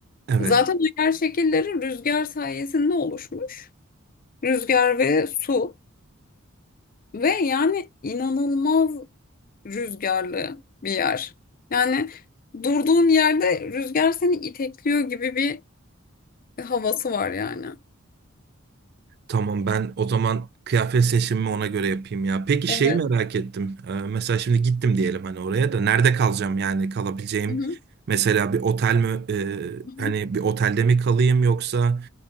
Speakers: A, on the right; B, on the left.
A: evet.
B: Zaten o yer şekilleri rüzgar sayesinde oluşmuş. Rüzgar ve su ve yani inanılmaz rüzgarlı bir yer. Yani durduğun yerde rüzgar seni itekliyor gibi bir havası var yani.
A: Tamam ben o zaman kıyafet seçimimi ona göre yapayım ya. Peki
B: Evet.
A: şeyi merak ettim. Ee, mesela şimdi gittim diyelim hani oraya da nerede kalacağım yani kalabileceğim
B: Hı hı.
A: mesela bir otel mi e,
B: Hı
A: hani bir otelde mi kalayım yoksa